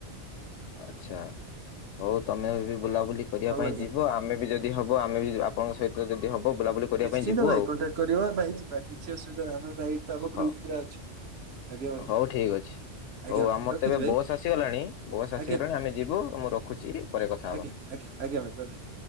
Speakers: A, on the left; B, on the right.
A: ଆଚ୍ଛା! ହଉ ତମେ ଏବେ ବୁଲାବୁଲି କରିବା
B: ହଉ
A: ପାଇଁ
B: ଆଜ୍ଞା
A: ଯିବ ଆମେ ବି ଯଦି ଯଦି ହବ ଆମେ ବି ଆପଣଙ୍କ ସହିତ ଯଦି ହବ ବୁଲାବୁଲି କରିବା
B: ନିଶ୍ଚିନ୍ତ
A: ପାଇଁ ଯିବୁ
B: ଭାଇ
A: ଆଉ
B: କଣ୍ଟାକ୍ଟ କରିବ। ଭାଇ ଯିବା କିଛି ଅସୁବିଧା ଆମର ନାଇଁ ତ ଆମ
A: ହଉ।
B: ଗ୍ରୁପ୍ ପୁରା ଅଛି! ଆଜ୍ଞା ଭାଇ
A: ହଉ ଠିକ୍ ଅଛି!
B: ଆଜ୍ଞା
A: ହଉ
B: ଭାଇ
A: ଆମର
B: ରଖୁଛି
A: ତ ଏବେ
B: ଭାଇ
A: ବସ୍ ଆସିଗଲାଣି, ବସ୍ ଆସିଗଲାଣି।
B: ଆଜ୍ଞା ଆଜ୍ଞା
A: ଆମେ ଯିବୁ। ମୁଁ ରଖୁଛି। ପରେ କଥା
B: ଆଜ୍ଞା
A: ହବା।
B: ଆଜ୍ଞା। ଆଜ୍ଞା ଭାଇ। Bye bye.